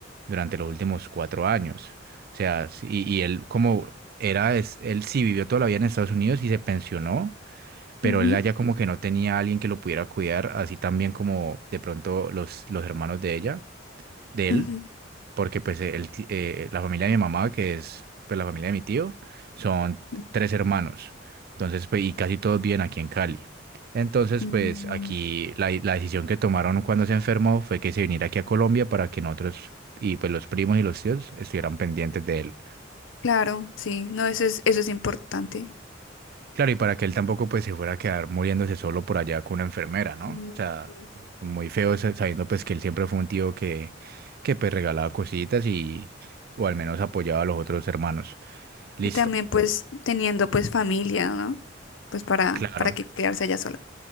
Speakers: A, on the right (about 55°); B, on the left (about 80°).
A: durante los últimos cuatro años. O sea, sí- y, y él como era, es- él sí vivió toda la vida en Estados Unidos y se pensionó, pero
B: ujú,
A: él allá como que no tenía a alguien que lo pudiera cuidar, así también como de pronto los, los hermanos de ella, de él
B: Ujú.
A: porque pues el ti- eh, la familia de mi mamá, que es pues la familia de mi tío, son
B: ujú,
A: tres hermanos. Entonces, pues, y casi todos viven aquí en Cali. Entonces,
B: mm,
A: pues aquí la, la decisión que tomaron cuando se enfermó fue que se viniera aquí a Colombia para que nosotros y pues los primos y los tíos estuvieran pendientes de él.
B: Claro, sí. No, eso es, eso es importante.
A: Claro, y para que él tampoco pues se fuera a quedar muriéndose solo por allá con una enfermera, ¿no?
B: Mm,
A: O sea,
B: sí.
A: muy feo sa- sabiendo pues que él siempre fue un tío que, que pues regalaba cositas y o al menos apoyaba a los otros hermanos. Listo,
B: Y también, pues, teniendo, pues, familia, ¿no? Pues para,
A: claro,
B: para que quedarse allá solo.